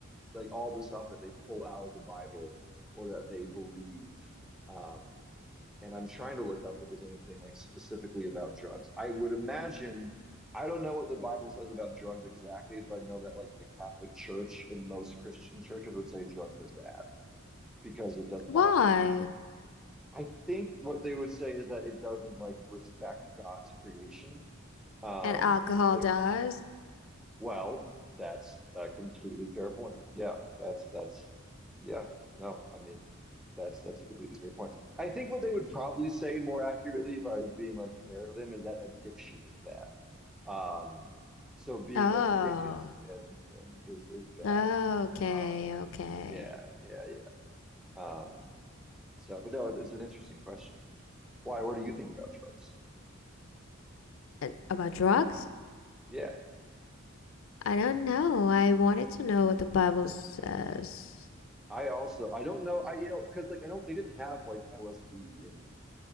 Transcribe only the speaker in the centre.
like all the stuff that they pull out of the Bible or that they believe. Um, and I'm trying to look up if there's anything like specifically about drugs. I would imagine, I don't know what the Bible says about drugs exactly, but I know that like the Catholic Church and most Christian churches would say drugs are bad because it does
not. I think what they would say is that it doesn't like respect God's creation. Um,
like
well, that's a completely fair point. Yeah, that's that's yeah, no, I mean that's that's a completely fair point. I think what they would probably say more accurately if I was being like fair to them is that addiction is bad. Um, so being
addicted to anything is is bad.
Um,
yeah, yeah, yeah. Um, so but no, it's, it's an interesting question. Why? What do you think about drugs?
Yeah.
I also I don't know I you know because like I don't they didn't have like LSD and like